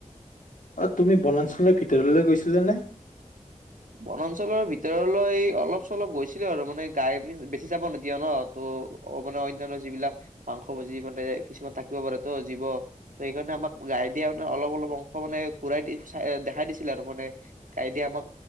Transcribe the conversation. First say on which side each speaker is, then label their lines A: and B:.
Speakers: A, on the left; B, on the right.
A: অ তুমি বনাঞ্চলৰ ভিতৰলৈ গৈছিলা নে
B: বনাঞ্চলৰ ভিতৰলৈ অলপ চলপ গৈছিলো আৰু মানে গাই বেছি যাব নিদিয়ে ন ত অভয়াৰণ্য যিবিলাক মাংস ভুজি মানে কিছুমান থাকিব পাৰে তো জীৱ সেইকাৰণে আমাক গাই দিয়া মানে অলপ অলপ অংশ মানে ঘূৰাই দি দেখাই দিছিলে আৰু মানে গাইডে দিয়া আমাক